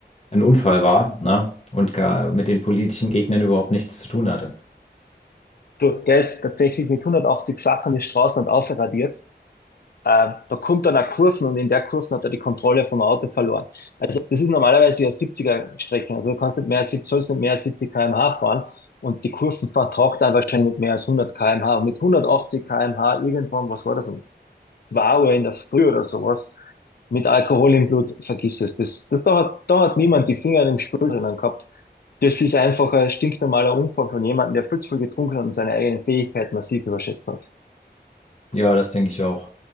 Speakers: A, on the left (about 40°); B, on the left (about 60°).
A: ein Unfall war, ne? Und gar mit den politischen Gegnern überhaupt nichts zu tun hatte.
B: Du, der ist tatsächlich mit 180 Sachen die Straßen und aufradiert. Äh, da kommt dann eine Kurven und in der Kurven hat er die Kontrolle vom Auto verloren. Also das ist normalerweise ja 70er-Strecke. Also du kannst nicht mehr als 70, sollst nicht mehr als 70 km/h fahren und die Kurven vertragt dann wahrscheinlich nicht mehr als 100 km/h. Und mit 180 km/h irgendwann, was war das, um 2 Uhr in der Früh oder sowas mit Alkohol im Blut, vergiss es. Das, das, da, hat, da hat niemand die Finger in dem Spiel drinnen gehabt. Das ist einfach ein stinknormaler Unfall von jemandem, der viel zu viel getrunken hat und seine eigenen Fähigkeiten massiv überschätzt hat.
A: Ja, das denke ich auch.